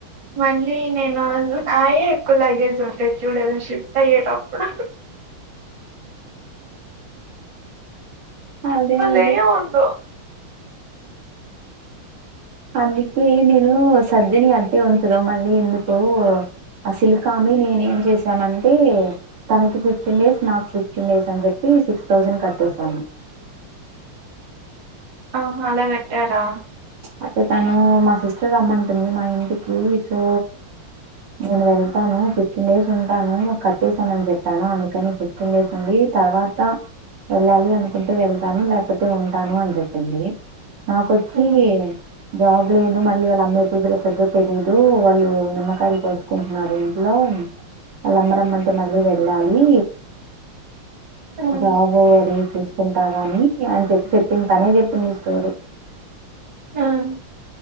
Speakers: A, on the right; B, on the right.
A: మళ్ళీ నేను ఆ అయే ఎక్కువ లగేజ్స్ ఉంటే చూడు ఏదైనా షిఫ్ట్ అయ్యేటప్పుడు
B: ఆ అదే
A: లేయము
B: అదే
A: ఉండో
B: అందుకే నేను సదిని అంటే ఉంచుదామని ఎందుకో అ సిల్కామి నేనే ఏం చేసాను అంటే తనకి ఫిఫ్టీన్ డేస్ నాకు ఫిఫ్టీన్ డేస్ అని చెప్పి సిక్స్ థౌజండ్ కట్టేసాను <inaudible>
A: ఆహా అలా కట్టారా
B: అంటే తను మా సిస్టర్ రమ్మంటుంది మా ఇంటికి సో నేను వెళ్తాను ఫిఫ్టీన్ డేస్ ఉంటాను కట్టేసాను అని చెప్పాను అందుకని ఫిఫ్టీన్ డేస్ ఉండి తర్వాత వెళ్ళాలి అనుకుంటే వెళ్తాను లేకపోతే ఉంటాను అని చెప్పింది ఆ తీయి
A: మ్మ్.
B: జాబ్ లేదు మళ్ళీ వాళ్ళ అమ్మయి ఎప్పుడు పెరుస్తుద్దో తెలియదు వాళ్ళు నిమ్మకాయలు కోసుకుంటున్నారు ఇంట్లో ఆళ్ల అమ్మ రమ్మంటే మళ్ళీ వెళ్ళాలి
A: మ్మ్.
B: జబో అది చూసుకో టానాని అని చెప్పి చెప్పింది తనే చెప్పింది ఈ స్టోరీ
A: హ్మ్